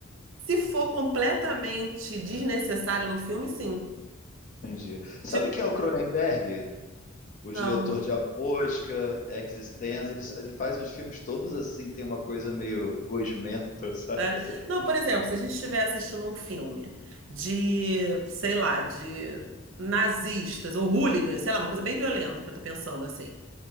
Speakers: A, on the right; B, on the left.
A: Se for completamente desnecessário no filme, sim.
B: Entendi. Sabe
A: Tipo,
B: quem é o Cronenberg? O
A: não.
B: diretor de A Mosca, Existenz, ele, ele faz os filmes todos assim, tem uma coisa meio gosmenta, <laughs> sabe?
A: É. Não, por exemplo, se a gente estiver assistindo um filme de, sei lá, de nazistas ou hooligans, sei lá, uma coisa bem violenta que eu tô pensando assim.